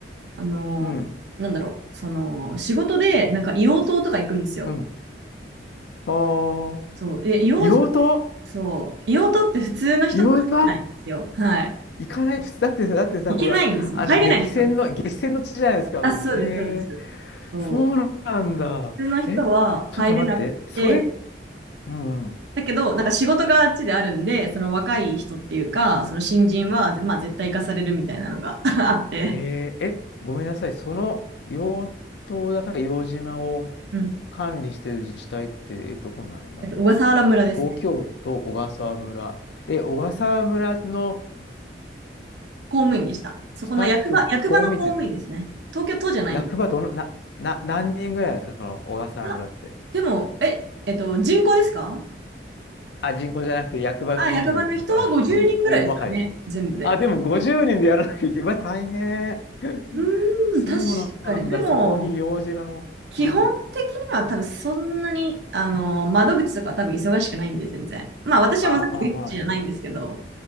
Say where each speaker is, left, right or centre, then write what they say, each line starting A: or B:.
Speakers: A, on the right; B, on the left.
A: あの、
B: うん。
A: なんだろう、その、仕事で、なんか硫黄島とか行くんですよ。
B: うん。あー
A: そう。で、硫黄島、
B: 硫黄島
A: そう、硫黄島って普通の人と入れないんですよ。
B: 硫黄島
A: はい。
B: 行かない。普通だってさ、だってさ、
A: 行けないんですよ。
B: ほら、あの、
A: 入れないんですよ。
B: 激戦の、激戦の地じゃないですか。
A: あ、
B: うんえー、
A: そうです、そうです。そう。
B: そうなんだ。
A: 普通の人は入れなくて、
B: え、ちょっと待って。それ、うん。うん
A: だけど、なんか仕事があっちであるんで、その若い人っていうか、その新人は、まあ絶対行かされるみたいなのが <laughs> あって。
B: えーえ、ごめんなさい。その養島だから硫黄島を
A: うん
B: 管理している自治体って、えー、どこなんだ
A: えっと、小笠原村ですね。
B: 東京都小笠原村。え、小笠原村の
A: 公務員でした。そこの役場、
B: スタッフ、
A: 役場の公務員ですね。
B: こう見て、
A: 東京都じゃないんです。
B: 役場どの、な、な、何人ぐらいなんですかその小笠原村って。
A: いや、でも、え、えっと、人口ですか
B: あ、人口じゃなくて役場の人数っていうか、
A: あ、役場の人は50人ぐらいですかね、
B: <laughs> あの大まかに。
A: 全部で。
B: あ、でも50人でやらなきゃいけない。うわ、大変。<laughs>
A: う
B: そうなんだ。
A: ーん、確かに。でも、
B: そこに硫黄島も。
A: 基本的には多分そんなに、
B: うん。
A: あの、窓口とか多分忙しくないんで、全然。まあ私は窓口じゃないんですけど、
B: あ、まあまあね。